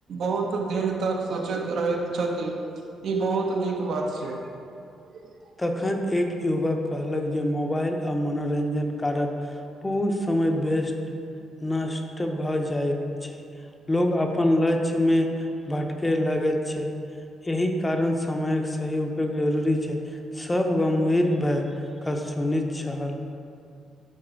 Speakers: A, on the right; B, on the left.
A: बहुत दिन तक सोचैत रहैत छथि ई बहुत नीक बात छै <inaudible>
B: तखन एक युवक कहलक जे मोबाइल आ मनोरंजनक कारण बहुत बेस्ट नष्ट भऽ जाइत छै लोग अपन लक्ष्य मे भटके लगे छै एहि कारण समयक सही उपयोग जरूरी छै सब गम्भीर भए कऽ सुनैत छहल